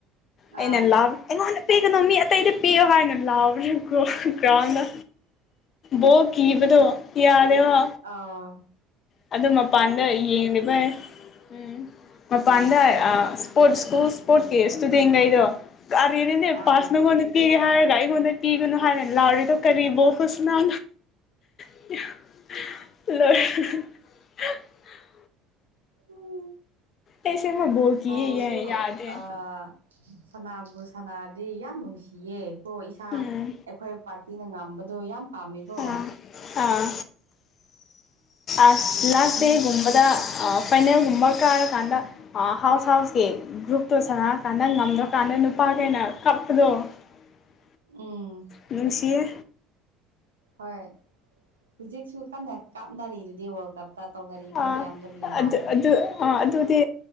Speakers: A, on the left; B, on the right.
A: ꯑꯩꯅ
B: ꯑꯥ
A: ꯂꯥꯐ ꯑꯩꯉꯣꯟꯗ ꯄꯤꯒꯅꯨ ꯃꯤ ꯑꯇꯩꯗ ꯄꯤꯌꯣ ꯍꯥꯏꯅ ꯂꯥꯎꯕꯅꯤꯕꯀꯣ ꯀ꯭ꯔꯥꯎꯗꯣ ꯕꯣꯜ ꯀꯤꯕꯗꯣ ꯌꯔꯦꯕ
B: ꯑꯥ
A: ꯑ ꯃꯄꯥꯟꯗ ꯌꯦꯡꯂꯤꯕꯩ ꯎꯝ ꯃꯄꯥꯟꯗ ꯁꯄꯣꯔꯠ ꯁꯀꯨꯜ ꯁꯄꯣꯔꯠ ꯀꯤ ꯁꯇꯨꯗꯦꯟ ꯒꯩꯗꯣ ꯑꯔꯤꯔꯦꯅ
B: ꯑꯥ
A: ꯄꯥꯁ ꯅꯪꯅꯣꯟꯗꯤ ꯄꯤꯒꯦ ꯍꯥꯏꯔꯒ ꯑꯩꯉꯣꯟꯗ ꯄꯤꯒꯅꯨ ꯍꯥꯏꯔꯅ ꯂꯥꯎꯔꯤꯗꯣ ꯀꯔꯤꯕꯣꯜ ꯍꯨꯁꯅꯥ ꯂꯔ
B: ꯎꯝ
A: ꯑꯦꯁꯤ ꯃ ꯕꯣꯜ ꯀꯤꯌꯦ
B: ꯕꯣꯜꯁꯨ
A: ꯌꯥꯏ ꯌꯥꯗꯦ
B: ꯑꯥ ꯁꯅꯥꯕꯨ ꯁꯅꯔꯗꯤ ꯌꯥꯝ ꯅꯨꯡꯁꯤꯌꯦ ꯀꯣ ꯏꯁꯥ
A: ꯎꯝ
B: ꯑꯩꯈꯣꯏ ꯄꯥꯔꯇꯤꯅ ꯉꯝꯕꯗꯣ ꯌꯥꯝ ꯄꯥꯝꯃꯦꯀꯣ
A: ꯑꯥ ꯑꯥ ꯑꯁ ꯂꯥꯁꯗꯦ
B: ꯃꯤ
A: ꯒꯨꯝꯕꯗ ꯑ ꯄꯩꯅꯦꯜꯒꯨꯝꯕ ꯀꯥꯔ ꯀꯥꯟꯗ ꯍꯥꯎꯁ ꯍꯥꯎꯁꯀꯤ ꯒ꯭ꯔꯨꯞꯇꯣ ꯁꯪꯅꯑꯀꯥꯟꯗ ꯉꯝꯗ꯭ꯔꯀꯥꯟꯗ ꯅꯨꯄꯥꯈꯩꯅ ꯀꯞꯄꯗꯣ <unintelligible>
B: ꯎꯝ
A: ꯅꯨꯡꯁꯤꯌꯦ
B: ꯍꯣꯏ ꯍꯧꯖꯤꯛꯁꯨ ꯀꯟꯅ ꯀꯥꯞꯅꯔꯤꯗꯨꯗꯤ ꯋꯥꯔꯜ ꯀꯞ ꯇ ꯇꯧꯅꯔꯤꯕ
A: ꯑꯥ
B: ꯃꯌꯥꯝꯗꯣ ꯂꯤꯂꯥꯗꯣ
A: ꯑꯗꯨ ꯑꯗꯨ ꯑꯥ ꯑꯗꯨꯗꯤ